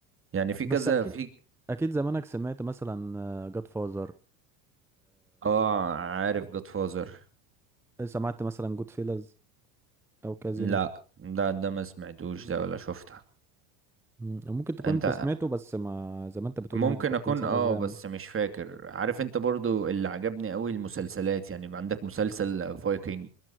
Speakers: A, on the right; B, in the centre.
A: يعني في
B: بس
A: كذا
B: أكيد
A: في
B: أكيد زمانك سمعت مثلا جاد فازر
A: اه عارف جود فازر
B: سمعت مثلا جود فيلز او كازينو
A: لا ده ده ما سمعتوش ده ولا شفتها
B: مم. ممكن تكون
A: انت
B: انت سمعته بس ما زي ما انت بتقول
A: ممكن
B: يعني انت بتنسى
A: اكون اه
B: اسامي
A: بس مش فاكر عارف انت برضو اللي عجبني قوي المسلسلات يعني يبقى عندك مسلسل فايكنج